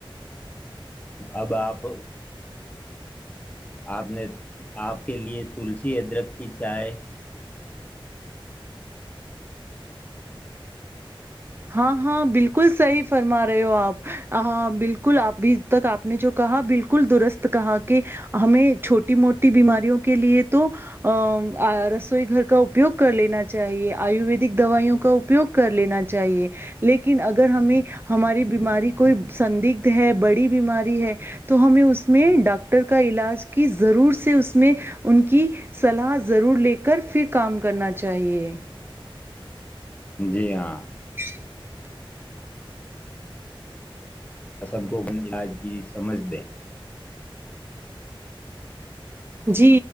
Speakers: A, on the left (about 15°); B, on the right (about 25°).
A: اب آپ آپ نے آپ کے لیے تلسی ادرک کی چائے
B: ہاں ہاں بالکل صحی فرما رہے ہو آپ ہاں بالکل آپ بھی تک آپ نے جو کہا بالکل درست کہا کہ ہمیں چھوٹی موٹی بیماریوں کے لیے تو ا رسوئی گھر کا اپیوگ کر لینا چاہیے آیویدک دوائیوں کا اپیوگ کر لینا چاہیے لیکن اگر ہمیں ہماری بیماری کوئی سندگدھ ہے بڑی بیماری ہے تو ہمیں اس میں ڈاکٹر کا علاج کی ضرور سے اس میں ان کی صلاح ضرور لے کر پھر کام کرنا چاہیے
A: جی ہاں
B: <inaudible>
A: آ سب کو اپنے علاج کی سمجھ دیں
B: جی